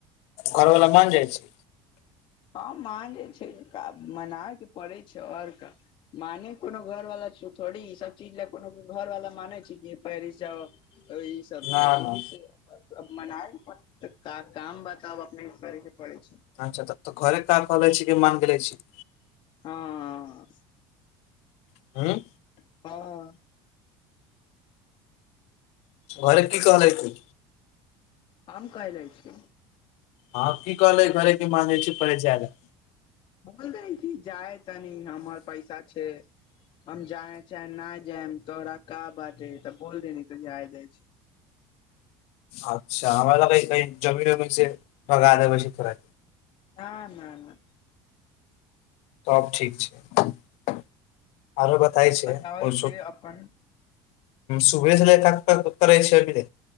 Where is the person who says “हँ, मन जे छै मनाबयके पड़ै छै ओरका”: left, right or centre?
Left